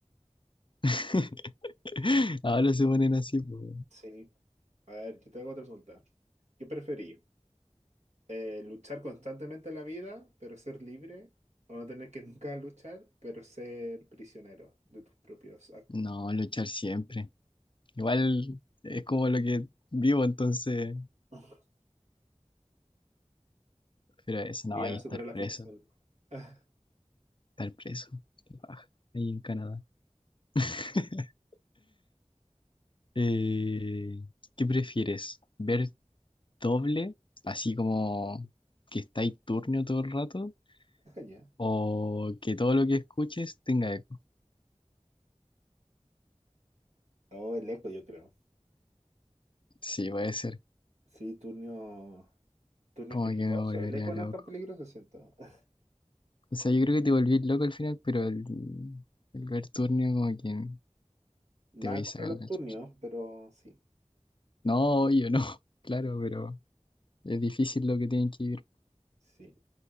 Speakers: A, on the left (about 45°); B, on the right (about 70°).
A: <laughs> Ahora se ponen así, pues.
B: sí. A ver, yo te hago otra pregunta. ¿Qué preferís? Eh, ¿luchar constantemente en la vida, pero ser libre? ¿O no tener que nunca luchar, pero ser prisionero de tus propios actos?
A: No, luchar siempre. Igual es como lo que vivo, entonces.
B: <laughs>
A: Pero eso no,
B: Ya
A: ahí estar
B: supera la
A: preso.
B: ficción. <laughs>
A: Estar preso. Qué paja. Ahí en Canadá. <laughs> Eh, ¿qué prefieres? ¿Ver doble, así como que estáis turnio todo el rato?
B: Ya.
A: ¿O que todo lo que escuches tenga eco?
B: Oh, el eco, yo creo.
A: Sí, puede ser.
B: Sí, turno. Turnio
A: Como
B: es peligroso.
A: que me volvería
B: El eco
A: loco.
B: no es tan peligroso, siento. <laughs>
A: O sea, yo creo que te volví loco al final, pero el, el ver turnio como que
B: Nada
A: te voy a
B: contra
A: sacar
B: los
A: la
B: turnios,
A: chucha.
B: pero sí.
A: No, yo no, <laughs> claro, pero Es difícil lo que tienen que vivir.
B: Sí.